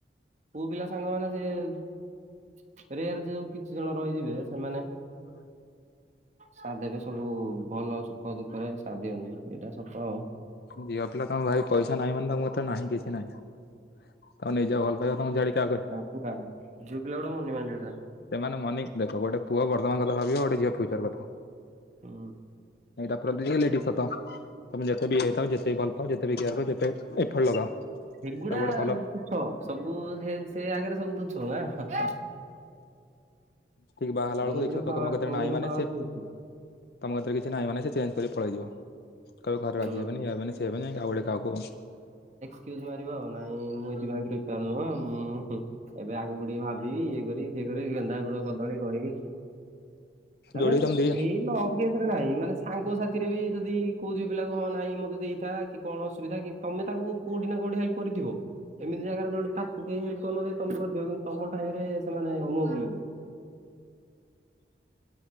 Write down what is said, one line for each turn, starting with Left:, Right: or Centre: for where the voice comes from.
Right: ପୁଅ ପିଲା ସାଙ୍ଗମାନେ ସେ ରେଆର୍ ଯୋଉ କିଛି ଜଣ ରହିଯିବେ ସେମାନେ
Left: ହଁ।
Right: ସାଧବେ ସବୁ ଭଲ ସୁଖ ଦୁଃଖର ସାତ୍ ଦିଅନ୍ତି ଏଇଟା ସତ ଆଉ।
Left: ଝିଅ ପିଲା ତମ ପାଖରେ ପଇସା ନାହିଁ ମାନେ ତମ ପାଖରେ ନାହିଁ କିଛି ନାହିଁ। ତମ ନିଜ ଭଲ ଭାଇବା ତମକୁ ଛାଡିକି ଆଉ କା
Right: କାହାକୁ ଝିଅ ପିଲାଗୁଡା ଭୋଲିଭାଲି ଗୁଡା।
Left: ସେମାନେ ମନେଇକି ଦେଖ ଗୋଟେ ପୁଅ ବର୍ତ୍ତମାନ କଥା ଭାବିବ ଗୋଟେ ଝିଅ ଫ୍ୟୁଚର୍ କଥା।
Right: ହୁଁ।
Left: ଏଇଟା ପୁରା ରିୟାଲିଟି ସତ ତମେ ଯେତେ ବି ହେଇଥାଉ ଯେତେ ବି ଭଲପାଅ ଯେତେ ବି କେୟାର୍ କର ଯେତେ ବି ଏଫର୍ଟ ଲଗାଅ
Right: ସେଗୁଡା
Left: ତାକୁ ଗୋଟେ
Right: ଆଉ
Left: ଭଲ
Right: ତୁଚ୍ଛ ସବୁ ସେ ସେ ଆଗରେ ସବୁ ତୁଚ୍ଛବା ଏ।
Left: ଠିକ ବାହା ହେଲା ବେଳକୁ
Right: ମନ୍ଦିର
Left: ଦେଖିବ
Right: ପାୱାର୍
Left: ତମ କତିରେ
Right: ମନ୍ଦିର
Left: ନାହିଁ ମାନେ
Right: ପାୱାର୍
Left: ସେ
Right: ରହୁଛି।
Left: ତମ କଥରେ କିଛି ନାହିଁ ମାନ ସିଏ ଚେଞ୍ଜ କରିକି ପଳେଇଯିବ କହିବ
Right: ବହୁତ।
Left: ଘରେ ରାଜି ହେବେନି ଇଏ ହେବେନି ସିଏ ହେବେନି ଯାଇକି ଆଉଗୋଟେ କାହାକୁ
Right: କ୍ୟୁଜ ମାରିବ ଆଉ ନାଇଁ ମୁଁ ଏଥିପାଇଁ ପ୍ରିପେୟାର ନୁହଁଁ ଏବେ ଆଗକୁ ଟିକେ ଭାବିବି ଇଏ କରିବି ସିଏ କରିବି ଗେନ୍ଧା ଗୁଡ କଦଳୀ କହିକି ମାନେ
Left: ଯୋଡିକି ତମେ ଦି
Right: ଏଇ ଲବ କେସରେ ନାଇଁ ମାନେ ସାଙ୍ଗସଥିରେ ବି ଯଦି କୋଉ ଝିଅପିଲା ହଁ ନାଇଁ ମତେ ଦେଇଥା କି କଣ ଅସୁବିଧା କି ତମେ ତାକୁ କୋଉ କୋଉଠି ନା କୋଉଠି ହେଲପ୍ କରିଥିବ। ଏମିତି ଜାଗାରେ ଯୋଉଠି ତାକୁ କେହି ହେଲପ୍ କରି ନଥିବେ ତମେ କରିଥିବ କିନ୍ତୁ ତମ ଟାଇମରେ ସେମାନେ ମୁଁହ ବୁଲେଇଦେବେ।